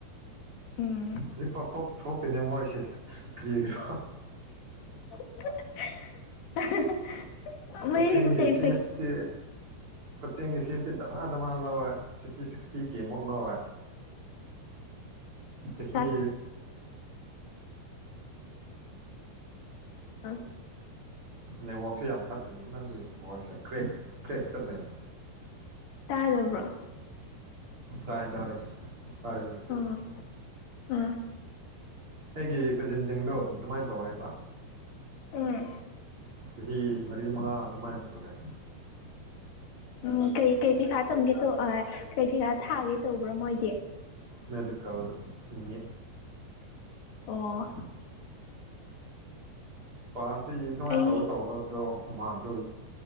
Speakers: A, on the left (about 70°); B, on the right (about 30°).
A: ꯎꯝ
B: ꯍꯧꯖꯤꯛꯐꯥꯎꯇ ꯊꯣꯛꯇꯦꯅꯦ ꯃꯣꯏꯁꯦ ꯀꯔꯤꯈ꯭ꯔꯣ
A: <inaudible>
B: ꯀꯆꯤꯡꯒꯤ
A: ꯃꯌꯦꯛ ꯀꯩ
B: ꯐꯤꯁꯇꯤ
A: ꯄꯩ
B: ꯀꯛꯆꯤꯡꯒꯤ ꯐꯤꯁꯇꯤ ꯗꯃ ꯗꯃ ꯂꯧꯋꯦ ꯐꯤꯐꯇꯤ ꯁꯤꯛꯁꯇꯤ ꯀꯦ ꯃꯨꯛ ꯂꯧꯋꯦ ꯆꯍꯤ
A: <inaudible> ꯑ <inaudible>
B: ꯅꯦꯠꯋꯥꯛꯛꯁꯦ ꯌꯥꯝ ꯐꯠꯇꯦꯅꯦ ꯅꯪꯒꯤ ꯚꯣꯏꯁꯦ ꯀ꯭ꯔꯦꯛ ꯀ꯭ꯔꯦꯛ ꯆꯠꯂꯦꯅꯦ
A: ꯇꯥꯗꯕꯔꯣ
B: ꯇꯥꯏꯌꯦ ꯇꯥꯔꯦ ꯇꯥꯔꯦ ꯍꯧꯛꯇꯤ
A: ꯑꯥ ꯑꯥ
B: ꯑꯩꯒꯤ ꯀꯖꯤꯟꯁꯤꯡꯗꯣ ꯑꯗꯨꯝ ꯑꯗꯨꯃꯥꯏꯅ ꯇꯧꯋꯦꯕ
A: ꯑꯝ
B: ꯆꯍꯤ ꯃꯔꯤ ꯃꯉꯥ ꯑꯗꯨꯃꯥꯏꯅ ꯁꯨꯔꯦ
A: ꯎꯝ ꯀꯩ ꯀꯩ ꯄꯩꯈꯥ ꯇꯧꯒꯦ ꯇ ꯀꯩ ꯄꯩꯈꯥ ꯊꯥꯒꯦ ꯇꯧꯕ꯭ꯔꯣ ꯃꯣꯏꯗꯤ
B: ꯃꯦꯗꯤꯀꯦꯜ ꯃꯤ
A: ꯑꯣ
B: ꯄꯥꯁꯇꯤ ꯑꯗꯨꯃꯥꯏꯅ
A: ꯑꯩ
B: ꯇꯧꯔ ꯇꯧꯕꯗꯣ ꯃꯥꯡꯗꯣ